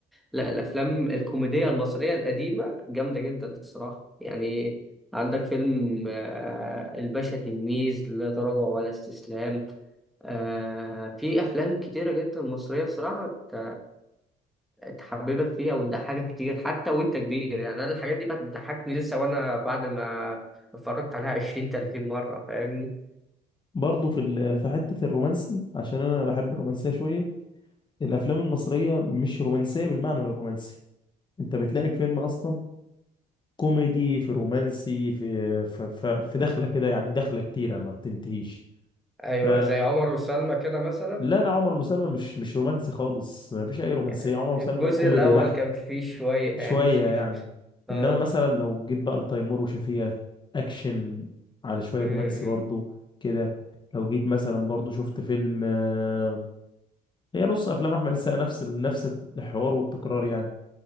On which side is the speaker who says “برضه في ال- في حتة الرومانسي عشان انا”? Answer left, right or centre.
Left